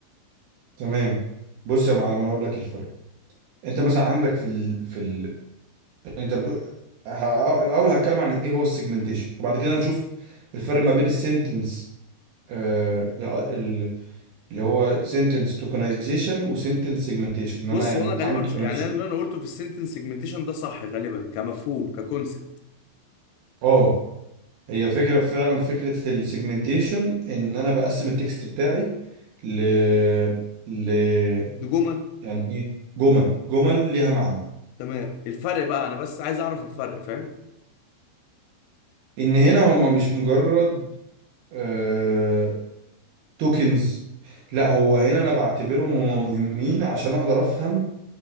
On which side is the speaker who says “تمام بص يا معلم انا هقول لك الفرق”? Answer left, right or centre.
Right